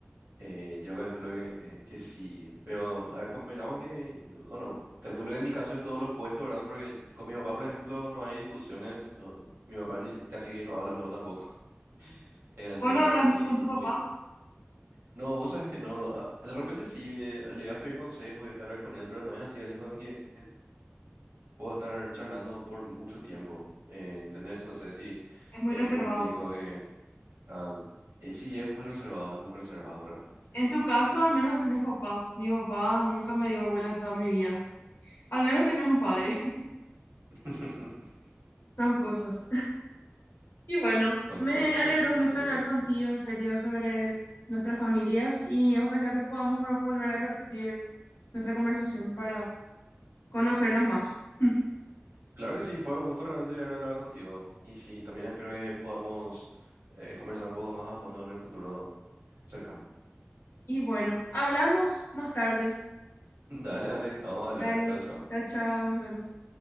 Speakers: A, on the right; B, on the left.
A: Eh, yo calculo que, que sí, pero a ver, convengamos que, o no, calculo que en mi caso es todo lo opuesto, ¿verdad? Porque con mi papá, por ejemplo, no hay discusiones, no, mi papá ni, casi que no habla luego tampoco. <laughs> Es así,
B: Vos no
A: o
B: hablas
A: que
B: mu-
A: sí,
B: con tu papá,
A: muy... No, vos sabes que no, a- de repente sí, eh, le voy a pedir consejos y hablar con él, pero no es así, alguien con quien puedo estar charlando por mucho tiempo, eh, ¿entendés? No sé si
B: es muy
A: eh,
B: reservado.
A: me explico que... ah, eh, sí, es muy reservado, es muy reservado realmente.
B: En tu caso, al menos tenés papá. Mi papá nunca me dio bola en toda mi vida. Al menos tenés un padre. <laughs>
A: <laughs>
B: Son cosas. Y bueno,
A: Son
B: me
A: cosas
B: alegró
A: realmente,
B: mucho
A: sí, ahí
B: hablar
A: está.
B: contigo
A: pues.
B: en serio sobre nuestras familias y ojalá que podamos vol- volver a repetir nuestra conversación para conocernos más. <laughs>
A: Claro que sí, fue un gusto realmente haber hablado contigo. Y sí, también espero que podamos eh, conversar un poco más a fondo en el futuro cercano.
B: Y bueno, hablamos más tarde.
A: <laughs> Dale, dale, vamos a hablar.
B: Dale,
A: Chao, chao.
B: chao, chao, nos vemos.